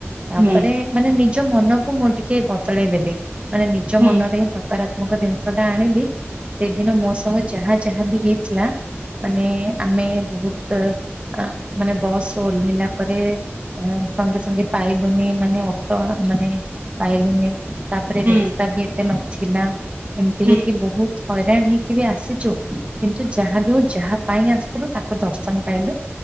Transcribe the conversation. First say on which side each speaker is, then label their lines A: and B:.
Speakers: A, on the right; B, on the right.
A: ତାପରେ
B: ହୁଁ
A: ମାନେ ନିଜ ମନକୁ ମୁଁ ଟିକେ ବଦଳେଇ ଦେଲି ମାନେ ନିଜ
B: ହୁଁ
A: ମନରେ
B: ହୁଁ
A: ହିଁ ସକାରାତ୍ମକ କ ଜିନିଷ ଟା ଆଣିଲି ସେଇଦିନ ମୋ ସହ ଯାହା ଯାହା ବି ହେଇଥିଲା ମାନେ ଆମେ ବହୁତ ମାନେ ବସ୍ ରୁ ଓହ୍ଲେଇଲା ପରେ ସଙ୍ଗେ ସଙ୍ଗେ ପାଇଲୁନି ମାନେ ଅଟ ମାନେ ପାଇଲୁନି। ତାପରେ
B: ହୁଁ
A: ରାସ୍ତା ବି ଏତେ ନଥିଲା ଏମିତି
B: ହୁଁ
A: ହେଇକି ବହୁତ ହଇରାଣ ହେଇକି ବି ଆସିଛୁ କିନ୍ତୁ ଯାହା ବି ହଉ ଯାହା ପାଇଁ ଆସିଥିଲୁ ତାକୁ ଦର୍ଶନ ପାଇଲୁ।